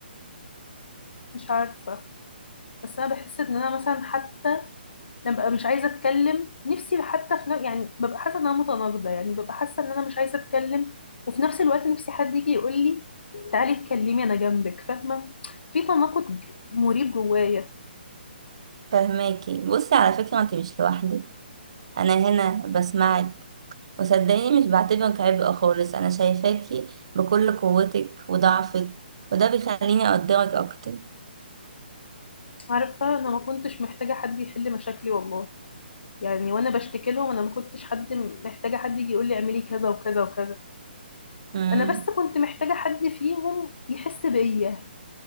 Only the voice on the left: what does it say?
مش عارفة بس أنا بحس إن أنا مثلا حتى انا ببقى مش عايزه اتكلم نفسي حتى في ن- يعني ببقى حاسه ان انا متناقضه يعني ببقى حاسه ان انا مش عايزه اتكلم وفي نفس الوقت نفسي حد يجي يقول لي تعالي اتكلمي انا جنبك فاهمه في تناقض ج- مريب جوايا
عارفه انا ما كنتش محتاجه حد يحل مشاكلي والله يعني وانا بشتكي لهم انا ما كنتش حد م- محتاجه حد يجي يقول لي اعملي كذا وكذا وكذا
انا بس كنت محتاجه حد فيهم يحس بيا